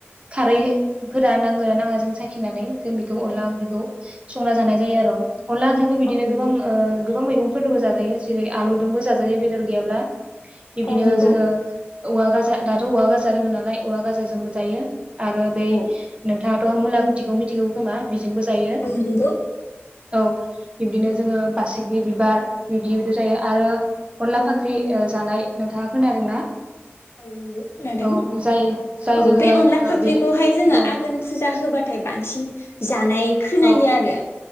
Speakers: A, on the right; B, on the left.
A: खारैफोरा नांगोना नाङा जों साखिनानै जों बेखौ अनला ओंख्रिखौ संना जानाय जायो आरो अनला ओंख्रिखौ बिदिनो
B: औ नंगौ
A: गोबां ओ गोबां मैगंफोरफोरखौबो जाजायो जेरै आलुजोंबो जाजायो बेदर गैयाब्ला बिब्दिनो
B: औ नंगौ
A: जोङो औवा गाजा दाथ' औवा गाजा दोङो नालाय औवा गाजाजोंबो जायो आरो बे
B: औ
A: नो हाथ' मुलाखुथिखौ मिथिगौ खोमा बेजोंबो जायो
B: औ नंगौ
A: औ बिब्दिनो जोङो बासिगि बार बि बेबायदि जायो आरो अनला ओ फाख्रि जानाय नोंथाङा खोनादोंना
B: औ नंगौ खोनादों
A: औ जाय जाय
B: औ
A: जोङो
B: बे अनला
A: ओ
B: फाख्रिखौहाय
A: बे
B: जोङो
A: औ
B: आघोन फुजा होबाथाय बांसिन जानाय खोनायो
A: औ
B: आरो